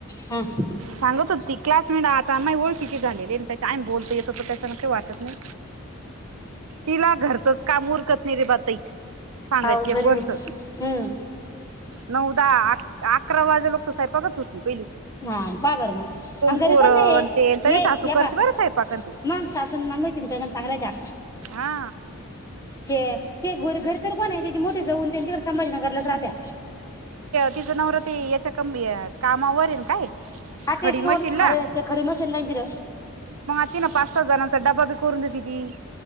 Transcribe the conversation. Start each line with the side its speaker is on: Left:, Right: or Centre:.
Left: हा
Right: सांगत होती. क्लास म्हणे आता आ माही ओळखिती झालेली त्याच्या आमही बोलतो येतो तर त्याच्याना काही वाटत नाही. तिला घरचंच काम उरकत नाही रे बातई सांगायची
Left: हा हो घरी
Right: एक गोष्ट
Left: हम्म
Right: नऊदहा आ आ अकरा वाजेपर्यंत तर स्वयंपाक चं होती.
Left: हा बा बरं मग
Right: पोरण
Left: घरी कोण नाही
Right: ते
Left: हे
Right: तरी सासू
Left: या
Right: करते
Left: बा
Right: बरं स्वयंपाक आणि ते
Left: मग सासून मला माहित चांगलं त्या
Right: हा.
Left: ते ते घ घरी तर कोण आहे त्याचे मोठे जाऊन त्यांच्या संभाजीनगरलाच राहत्या.
Right: की जनावर ते याच्या कं कामावर येन काय.
Left: आ
Right: खडी
Left: तेेस्ो
Right: मशीनला
Left: अरेयते कडीम चंदयंदिर
Right: ति ना पाच सहा जणांचा डबा बी करून देते. ती